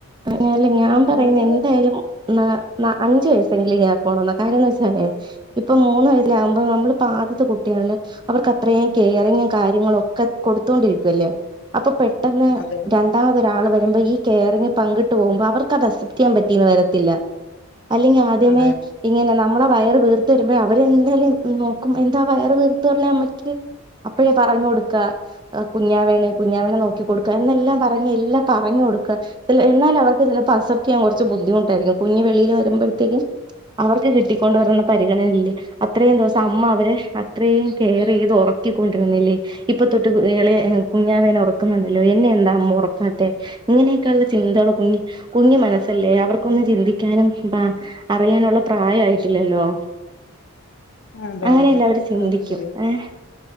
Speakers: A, on the right; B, on the left.
A: ഐ അല്ല ഞാൻ പറയുന്നെ
B: മൂന്ന്
A: എന്തായാലും ആ ആ അഞ്ചു വയസെങ്കില ഇങ്ങനെ പോണം കാര്യന്ന് വെച്ചേ ഇപ്പൊ മൂന്ന് വയസൽാവകുമ്പോ നമ്മള് പാ കുട്ടികണ്ട് അവർക്ക് അത്രയും കെയറിങ്ങും കാര്യങ്ങളും ഒക്കെ കൊടുത്തോണ്ടിരിക്കുവല്ലേ അപ്പൊ പെട്ട
B: അതെ
A: രണ്ടാമതൊരാൾ വ ഈ കെയറിങ് പങ്കിട്ട് പോകുമ്പോൾ അവർക്ക് അത് അക്സെപ്റ്റ് ചെയ്യാൻ പറ്റീന്ന് വരത്തില്ല അല്ലെങ്കിൽ ആദ്യമേ
B: അതെ
A: ഇങ്ങനെ നമ്മ നമ്മളെ വയറ് വീർത്ത വരുമ്പോൾ അവരെന്തായാലും നോക്കും എന്താ വയർ വീർത്തു വരുന്നേ അമ്മയ്ക്ക് അപ്പഴേ പറഞ്ഞു കൊടുക്കുക കുഞ്ഞാവേന കുഞ്ഞാവേനെ നോക്കിക്ക കൊടുക്കുക എന്നെല്ലാം പറഞ്ഞഞ് എല്ല പറഞ്ഞ കൊടുക്കുക എന്നാൽ അവർക്ക് ചിലപ്പോ അക്സെപ്റ്റ് ചെയ്യാൻ കുറച്ച് ബുദ്ധിമുട്ടായിരിക്കും കുഞ്ഞഞ് വെളിയിൽ വരുമ്പോഴത്തേക്കും അവർക്ക് കിട്ടിക്കൊണ്ട് വരുന്ന പരിഗണനയില്ലേ അത്രയും ദിവസം അമ്മ അവരെ അത്രയും കെയർ ചെയ്ത് ഉറക്കിക്കൊണ്ടിരുന്നില്ലേ ഇപ്പൊ തൊട്ട് ഇളെ കുഞ്ഞാവേന ഉറക്കുന്നുണ്ടല്ലോ എന്നെ എന്താ അമ്മ ഉറക്കാ മെ ഇങ്ങനെയൊക്കെയ ഉള്ള ചിന്തകള് കുഞ്ഞി കുഞ്ഞി മനസ്സല്ലേ അവർക്കൊന്നും ചിന്തിക്കാനും അറിയാനുള്ള പ്രായയിട്ടില്ലല്ലോ
B: അതെ
A: അങ്ങനെയല്ല
B: അതെ
A: അവര് ചിന്തിക്കും
B: അത് ശരിയാ
A: ഏ